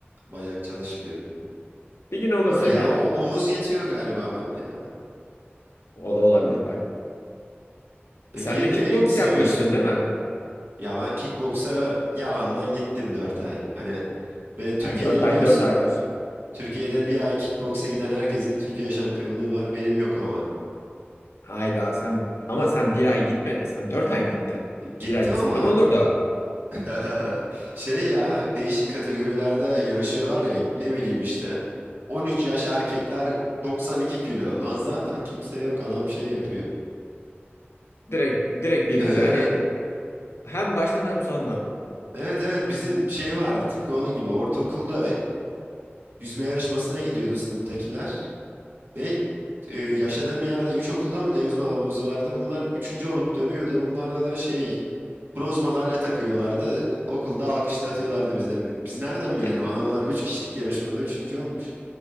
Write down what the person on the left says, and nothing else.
Bir gün olursa
diyelim.
O da olabilir bak.
Sen de kickbox
yapmıştın değil mi?
Ya dört ay
dört aydır.
Hayda sen ama sen bir ay gitmedin. Sen 4 ay gittin. Bir
ay gitseydin
olur da.
Direkt direkt birinci
hani hem baştan hem sondan. <laughs>
Ya-